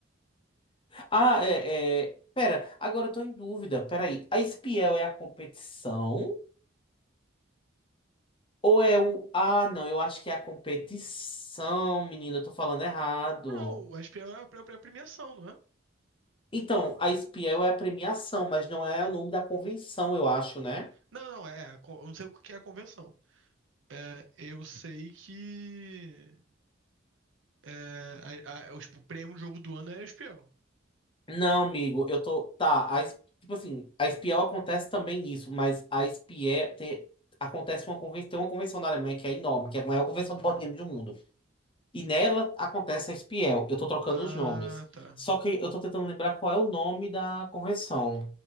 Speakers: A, on the left (about 25°); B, on the right (about 75°).
A: Ah, é, é. Pera, agora eu tô em dúvida. Peraí. A Spiel é a competição? Ou é o. Ah, não, eu acho que é a competição, menina, eu tô falando errado.
B: Não, a SPL é a pré- pré- premiação, não é?
A: Então, a Spiel é a premiação, mas não é o nome da convenção, eu acho, né?
B: Não, não, é. a con- Eu não sei o que é a convenção. É, eu sei que. É, a- a- é, o, tipo, o prêmio do jogo do ano é a SPL.
A: Não, amigo, eu tô. Tá, a, es- tipo assim, a Spiel acontece também nisso, mas a Spiel te- acontece uma convenção. Tem uma convenção na Alemanha que é enorme, que é a maior convenção de board game do mundo. E nela acontece a Spiel. Eu tô trocando
B: Ah,
A: os nomes.
B: tá.
A: Só que eu tô tentando lembrar qual é o nome da convenção.